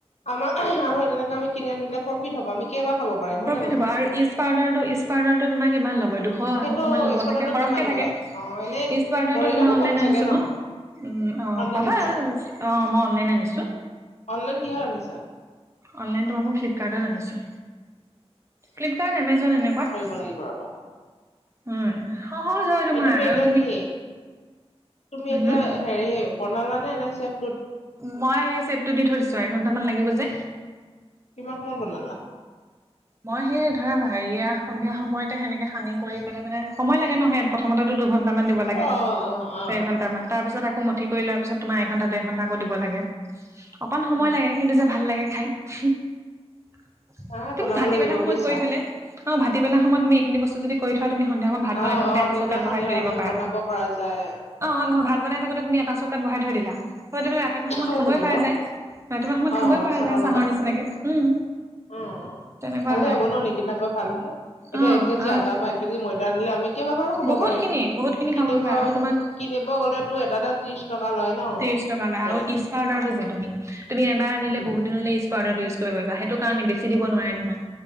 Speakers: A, on the left (about 85°); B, on the right (about 25°).
A: আমাৰ আৰু তেনেকে আমি কিনি আনিলে। প্ৰফিট হ'ব আমি কেইবাৰ। খাব পাৰিম হয়
B: প্ৰফিট
A: নে নহয়?
B: হ'ব আৰু ইষ্ট পাউডাৰটো ইষ্ট পাউডাৰটো তোমাৰ কিমান ল'ব এইটো? দুশ-আঢ়ৈশ
A: সেইটো
B: মান ল'ব,
A: স্পটতো
B: থাকে সৰহকে
A: কিমান
B: থাকে।
A: লয় অ এনেই
B: ইষ্ট পাউডাৰটো
A: মৰিগাঁওতে
B: তোমাৰ অনলাইন
A: পাম চাগে
B: আনিছোঁ
A: ন?
B: মই। উম, অ'
A: অনলাইন
B: পাবা।
A: আনিছা
B: অ' মই অনলাইন আনিছোঁ।
A: অনলাইন কিহত আনিছা?
B: অনলাইন তোমাৰ মো ফ্লিপকাৰ্টত আনিছোঁ। ফ্লিপকাৰ্ট, এমাজন এনেকুৱাত।
A: কৰিব লাগিব ৰবা
B: উম। সহজ হয় তোমাৰ
A: এই তুমি
B: আৰু
A: এতিয়া কি! তুমি
B: উম
A: এতিয়া
B: হম
A: হেৰি বনালানে। এনে ছেক
B: মই হেই শ্বেপটো দি থৈ দিছোঁ, এঘণ্টা মান লাগিব যে।
A: কিমান সময়ত বনালা?
B: মই হেই ধৰা! হেৰিয়া সন্ধিয়া সময়তে সেনেকে সানি কৰি পেলাই মানে সময় লাগে ন' হেয়া প্ৰথমতেটো দুঘণ্টা মান দিব
A: অ
B: লাগে,
A: অ অ
B: ডেৰ ঘণ্টা
A: অ
B: মান তাৰ পিছত আ আকৌ মঠি কৰি লোৱাৰ পিছত তোমাৰ এঘন্টা-ডেৰ ঘণ্টা আকৌ দিব লাগে। অকন সময়
A: উম
B: লাগে, কিন্তু যে ভাল লাগে। খাই <unintelligible>
A: <unintelligible>
B: তুমি ভাতিবেলা সময়ত
A: বুজিছা
B: কৰি থ'লে, অ' ভাতিবেলা সময়ত তুমি এইখিনি বস্তু যদি কৰি থোৱা তুমি সন্ধিয়া সময় ভাত
A: অ
B: বনাই থাকোঁতে
A: অ
B: এটা
A: তেতিয়া
B: চৌকাত
A: সন্ধিয়ালৈ
B: বহাই থৈ দিব পাৰা।
A: বনাব পৰা যায়
B: অ' নহয় ভাত বনাই থাকোঁতে তুমি এটা চৌ কোকাত বহাই থৈ দিলা। হয় তুমি ৰাতিপুৱা সময়ত
A: হৈ
B: খাবই
A: থাকিব
B: পাৰা
A: অ
B: যায়। ৰাতিপুৱা সময়ত
A: অ
B: খাবই পৰা যায়, চাহৰ
A: লগত
B: নিচিনাকে! উম।
A: উম,
B: তেনেকুৱা
A: ভালে
B: হয়
A: হ'ব ন' নিকিনাকৈ ভাল হে! এতিয়া
B: অ
A: এক কেজি
B: আৰু
A: আটা বা এক কেজি ময়দা দিলে কেইবাবাৰো খাব
B: বহুত
A: পাৰিম,
B: খিনি বহুত খিনি
A: কিনিব-কিনিব
B: খাব পাৰিবা আৰু তোমাক
A: গ'লেতো এটাতে ত্ৰিশ টকা লয় ন।
B: ত্ৰিশ টকা লয়
A: ব্ৰেড
B: আৰু ইষ্ট পাউডাৰটো যে তুমি! তুমি এবাৰ আনিলে
A: উম,
B: বহুত দিনলে ইষ্ট পাউডাৰটো ইউজ কৰিব পাৰিবা, সেইটো। কাৰণ ই বেছি দিব নোৱাৰে নহয়।